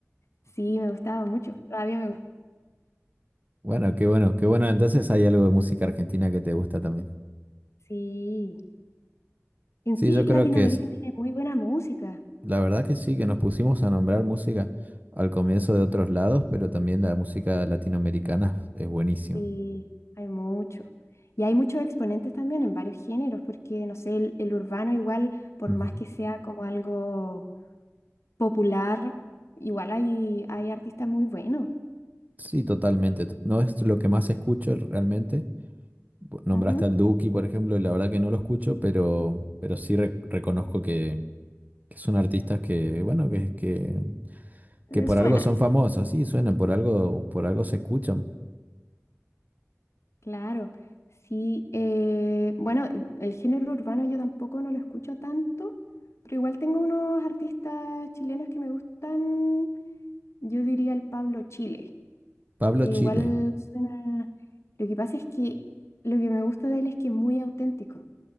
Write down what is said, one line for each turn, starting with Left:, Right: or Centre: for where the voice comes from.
Left: Sí, me gustaba mucho. Todavía me gusta.
Right: Bueno, qué bueno, qué bueno. Entonces hay algo de música argentina que te gusta también.
Left: Sí. En
Right: Sí,
Left: sí,
Right: yo creo
Left: Latinoamérica
Right: que es,
Left: tiene muy buena música.
Right: la verdad que sí, que nos pusimos a nombrar música al comienzo de otros lados, pero también la música latinoamericana es buenísima.
Left: Sí, hay mucho. Y hay muchos exponentes también en varios géneros, porque, no sé, el, el urbano igual, por
Right: Ujú.
Left: más que sea como algo popular, igual hay, hay artistas muy buenos.
Right: Sí, totalmente. T- No es lo que más escucho realmente. Bu- Nombraste
Left: Ujú.
Right: al Duki, por ejemplo, y la verdad que no lo escucho, pero, pero sí re- reconozco que, que son artistas que, bueno, que, que
Left: Eh,
Right: Que por
Left: Suenan,
Right: algo son famosos, sí, suenan, por algo, por algo se escuchan.
Left: claro. Sí, eh, bueno, eh, el género urbano yo tampoco no lo escucho tanto, pero igual tengo unos artistas chilenos que me gustan, yo diría el Pablo Chile.
Right: Pablo
Left: que
Right: Chile,
Left: igual suena... Lo que pasa es que lo que me gusta de él es que es muy auténtico.